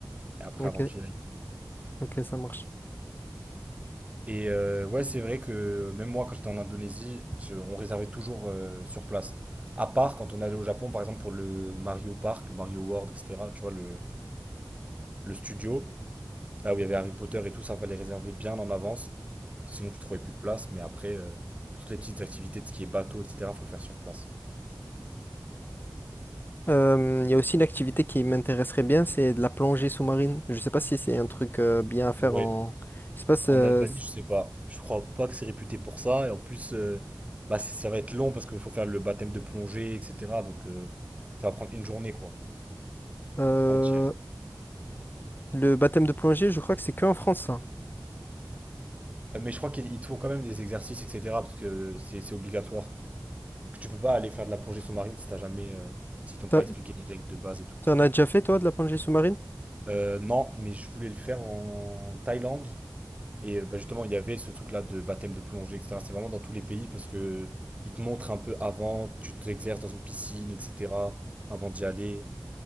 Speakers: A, on the right; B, on the left.
A: et après,
B: ok,
A: avant que j'y aille.
B: ok, ça marche.
A: Et euh, ouais, c'est vrai que même moi, quand j'étais en Indonésie, je- on réservait toujours euh, sur place. À part quand on allait au Japon, par exemple, pour le Mario Park, le Mario World, etc. Tu vois, le, le studio, là où il y avait Harry Potter et tout, ça fallait réserver bien en avance. Sinon, tu trouvais plus de place. Mais après, euh, pour toutes les petites activités de ce qui est bateau, etc., faut le faire sur place.
B: Euh, Il y a aussi une activité qui m'intéresserait bien, c'est de la plongée sous-marine. Je sais pas si c'est un truc euh, bien à faire
A: Ouais,
B: en... Je sais pas, c'est-
A: en Albanie,
B: c'est-
A: je sais pas. Je crois pas que c'est réputé pour ça. Et en plus, euh, bah, c- ça va être long parce qu'il faut faire le baptême de plongée, etc. Donc, euh, ça va prendre une journée, quoi.
B: euh,
A: Entière.
B: le baptême de plongée, je crois que c'est que en France, ça.
A: Euh, Mais je crois qu'ils ils te font quand même des exercices, etc. Parce que c'est c'est obligatoire. Parce que tu peux pas aller faire de la plongée sous-marine si t'as jamais, euh, si t'ont
B: T'en
A: pas expliqué les règles de base et tout.
B: t'en as déjà fait, toi, de la plongée sous-marine?
A: Euh, non, mais je voulais le faire en Thaïlande. Et euh, bah, justement, il y avait ce truc-là de baptême de plongée, etc. C'est vraiment dans tous les pays parce que ils te montrent un peu avant, tu t'exerces dans une piscine, etc. Avant d'y aller.